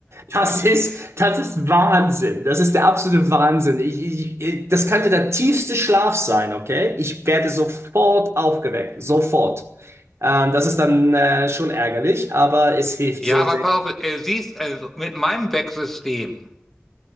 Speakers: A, on the right (about 70°); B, in the centre.
A: Das
B: <laughs>
A: ist, das ist Wahnsinn, das ist der absolute Wahnsinn. Ich, ich, ich- das könnte der tiefste Schlaf sein, okay? Ich werde sofort aufgeweckt, sofort. Ähm, das ist dann äh, schon ärgerlich, aber es hilft
B: Ja,
A: so
B: aber
A: sehr.
B: pass auf, äh, siehst, äh, mit meinem Wecksystem,